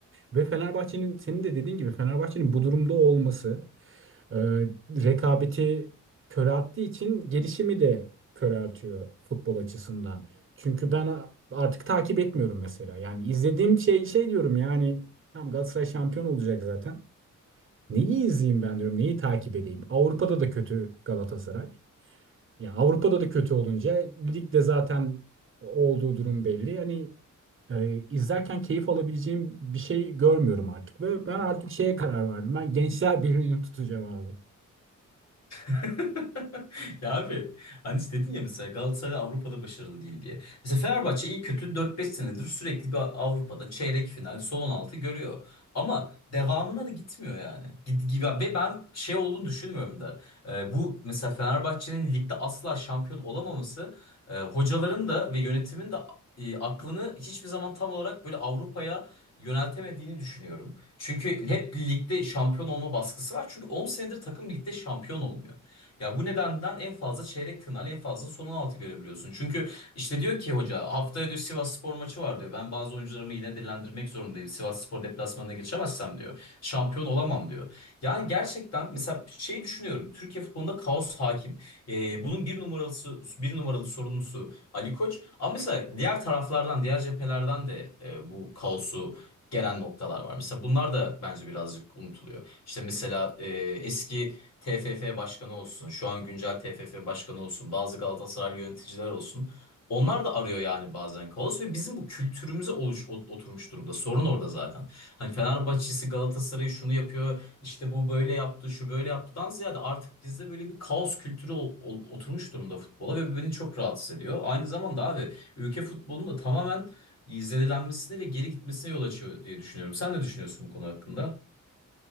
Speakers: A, on the right; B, on the left.
A: Ve Fenerbahçe'nin senin de dediğin gibi Fenerbahçe'nin bu durumda olması e, rekabeti körelttiği için gelişimi de köreltiyor futbol açısından. Çünkü ben a- artık takip etmiyorum mesela. Yani izlediğim şey şey diyorum yani tam Galatasaray şampiyon olacak zaten. Neyi izleyeyim ben diyorum, neyi takip edeyim? Avrupa'da da kötü Galatasaray. Ya Avrupa'da da kötü olunca ligde zaten olduğu durum belli. Hani e, izlerken keyif alabileceğim bir şey görmüyorum artık ve ben artık şeye karar verdim. Ben Gençler Birliği'ni tutacağım abi.
B: <laughs> Ya abi hani işte dedin ya mesela Galatasaray Avrupa'da başarılı değil diye. Mesela Fenerbahçe iyi kötü 4-5 senedir sürekli bir Avrupa'da çeyrek final, son 16 görüyor. Ama devamına da gitmiyor yani. Gid- gi- Ve ben şey olduğunu düşünmüyorum da. Ee, bu mesela Fenerbahçe'nin ligde asla şampiyon olamaması e, hocaların da ve yönetimin de e, aklını hiçbir zaman tam olarak böyle Avrupa'ya yöneltemediğini düşünüyorum. Çünkü hep birlikte şampiyon olma baskısı var. Çünkü 10 senedir takım birlikte şampiyon olmuyor. Ya bu nedenden en fazla çeyrek final en fazla son 16 görebiliyorsun. Çünkü işte diyor ki hoca haftaya diyor Sivasspor maçı var diyor. Ben bazı oyuncularımı yine dinlendirmek zorundayım. Sivasspor deplasmanına geçemezsem diyor. Şampiyon olamam diyor. Yani gerçekten mesela şeyi düşünüyorum. Türkiye futbolunda kaos hakim. Ee, bunun bir numaralısı bir numaralı sorumlusu Ali Koç. Ama mesela diğer taraflardan, diğer cephelerden de e, bu kaosu gelen noktalar var. Mesela bunlar da bence birazcık unutuluyor. İşte mesela e, eski TFF başkanı olsun, şu an güncel TFF başkanı olsun, bazı Galatasaray yöneticiler olsun. Onlar da arıyor yani bazen kaos ve bizim bu kültürümüze oluş, ot- oturmuş durumda. Sorun orada zaten. Hani Fenerbahçe'si Galatasaray'ı şunu yapıyor, işte bu böyle yaptı, şu böyle yaptıdan ziyade artık bizde böyle bir kaos kültürü ol- ol- oturmuş durumda futbola ve bu beni çok rahatsız ediyor. Aynı zamanda abi ülke futbolunun da tamamen izledilenmesine ve geri gitmesine yol açıyor diye düşünüyorum. Sen ne düşünüyorsun bu konu hakkında?